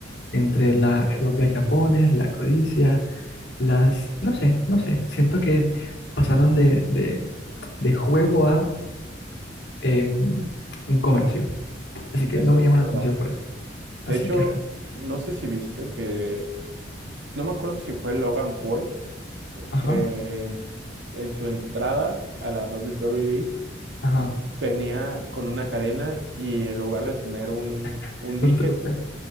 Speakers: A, on the left; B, on the right.
A: entre la, los gallapones, la codicia, las, no sé, no sé, siento que pasaron de, de, de juego a em, un comercio. Así que
B: eso
A: no me llama
B: es
A: la
B: verdad.
A: atención por eso.
B: De
A: Así
B: hecho,
A: que, ajá,
B: no sé si viste que, no me acuerdo si fue Logan Paul,
A: ajá,
B: que en, en su entrada a la WWE
A: ajá,
B: venía con una cadena y en lugar de tener un,
A: <laughs>
B: un dije,
A: un trofeo.